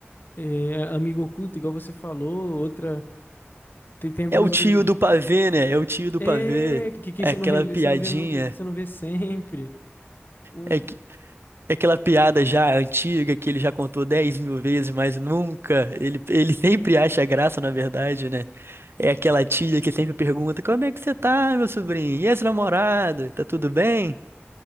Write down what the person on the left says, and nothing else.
é, amigo oculto, igual você falou, outra. Tem, tem algumas
outras.
É,
que, que que
você
não revê,
você não vê muito, você não vê sempre. O-